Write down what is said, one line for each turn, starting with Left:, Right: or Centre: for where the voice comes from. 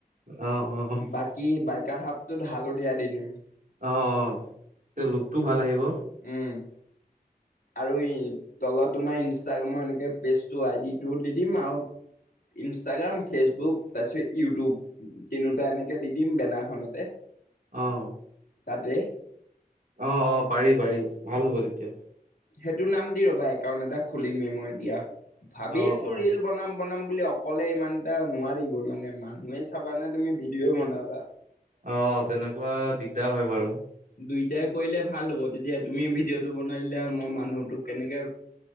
Right: অ অ
Left: বাকী বাইকাৰ হাবটোত হালধীয়া দি দিম।
Right: অ', অ', তে লুকটো ভাল আহিব।
Left: উম, আৰু ই তলত তোমাৰ ইঞ্চ ইনষ্টাগ্ৰামৰ এনেকে পেজটো আই ডি টো দি দিম। আৰু ইনষ্টাগ্ৰাম, ফেচবুক তাৰপিছত ইউটিউব। তিনিওটা এনেকে দি দিম বেনাৰখনতে।
Right: অ'।
Left: তাতে।
Right: অ', অ', পাৰি পাৰি ভাল হ'ব তেতিয়া।
Left: সেইটো নাম দি ৰ'বা একাউণ্ট এটা খুলিমেই মই এতিয়া। ভাবি
Right: অ
Left: আছো
Right: অ
Left: ৰিল বনাম। বনাম বুলি। অকলে ইমানটা নোৱাৰি গৈ মানে মানুহে চাবানে তুমি ভিডিঅ'ই বনাবা।
Right: অ', তেনেকুৱা দিগদাৰ হয় বাৰু।
Left: দুইটাই কৰিলে ভাল হ'ব। তেতিয়া তুমি ভিডিঅ'টো বনাই দিলে মই মানুহটোক কেনেকে